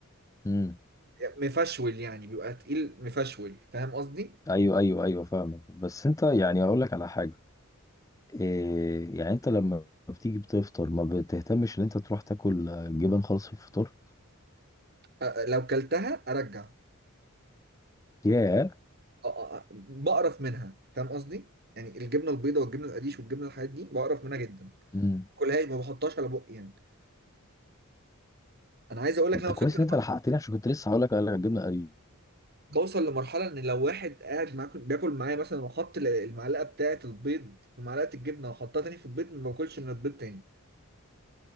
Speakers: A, on the left (about 15°); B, on the right (about 45°).
A: امم
B: يعني مفشول يعني بيبقى تقيل مفشول فاهم قصدي
A: ايوه ايوه ايوه فاهمك بس انت يعني اقول لك على حاجة إيه يعني انت لما بتيجي بتفطر ما بتهتمش ان انت تروح تاكل آه، جبن خالص في الفطار
B: أ- لو كلتها ارجع
A: ياه
B: آه، آه، آه، بقرف منها فاهم قصدي يعني الجبنه البيضاء والجبنه القريش والجبنه الحاجات دي بقرف منها جدا
A: امم
B: كلهاش ما بحطهاش على بقي يعني انا عايز اقول لك
A: طب
B: ان انا
A: ده
B: وصلت
A: كويس ان انت لحقتني عشان كنت لسه هقول لك قال لك هتجيبنا قريش
B: بوصل لمرحله ان لو واحد قاعد معاكم بياكل معايا مثلا وحط ال- المعلقه بتاعه البيض في معلقه الجبنه وحطها تاني في البيض ما باكلش من البيض تاني